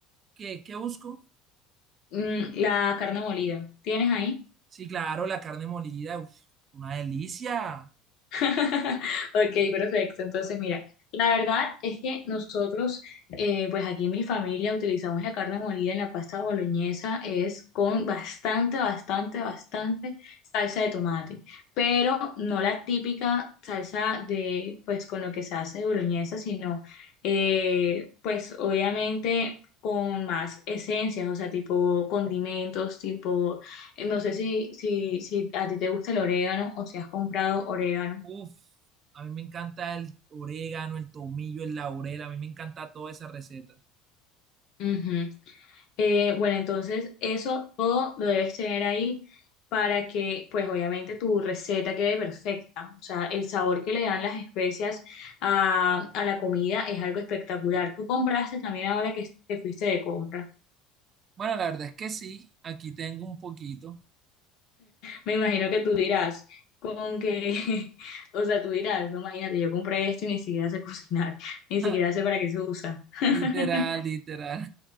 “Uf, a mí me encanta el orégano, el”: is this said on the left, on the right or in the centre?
Right